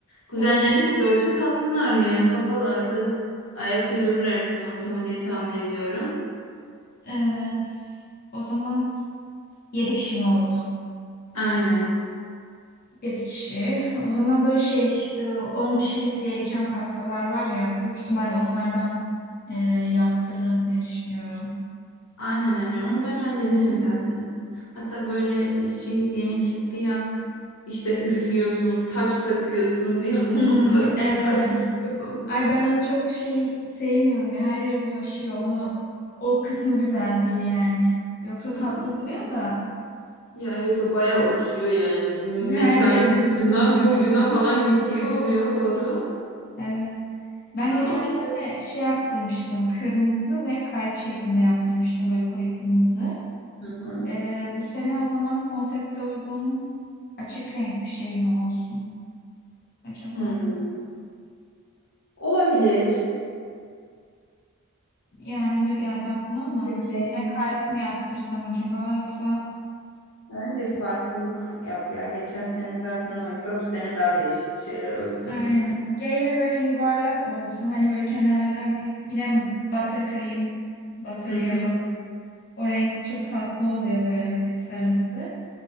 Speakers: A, on the left; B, on the left.
A: Kuzenlerini
B: Tabii canım.
A: de gördüm tatlılardı yani kafalardı. Ayak uydururlar bizim ortamı diye tahmin ediyorum.
B: Evet. O zaman yedi kişi mi oldu?
A: Aynen.
B: 7 kişi. O zaman böyle şey e, 10 kişilik diye geçen pastalar var ya büyük ihtimal onlardan e, yaptırırım diye düşünüyorum.
A: Aynen aynen onu ben hallederim
B: Hı hı.
A: zaten. Hatta böyle şey yeni çıktı ya işte üflüyorsun, taç takıyorsun bir anda
B: Hmm,
A: <laughs> parıltı
B: evet.
A: parlıyor falan.
B: Ay ben onu çok şey sevmiyorum ya. Her yere bulaşıyor. Onu o kısmı güzel değil yani. Yoksa
A: Ha.
B: tatlı duruyor da
A: Ya evet o bayağı uçuyor yani
B: her
A: mekanın
B: yerimiz
A: bir ucundan
B: sim olur.
A: bir ucuna falan gittiği oluyor doğru.
B: Evet. Ben
A: Aa,
B: geçen
A: okey.
B: sene şey yaptırmıştım. Kırmızı ve kalp şeklinde yaptırmıştım. Böyle koyu kırmızı.
A: Hı hı.
B: Ee, bu sene o zaman konsepte uygun açık renk bir şey mi olsun acaba?
A: Hmm. Olabilir.
B: Yani öyle geldi aklıma ama
A: Açık renk.
B: yine kalp mi yaptırsam acaba yoksa
A: Bence farklılık yap ya. Geçen sene zaten oysa bu sene daha değişik bir şeyler olsun.
B: Aynen. Ya yine böyle yuvarlak olsun. Hani böyle kenarları hafif. Yine butter cream, butter
A: Hı
B: yellow.
A: hı.
B: O renk çok tatlı oluyor böyle hafif sarımsı.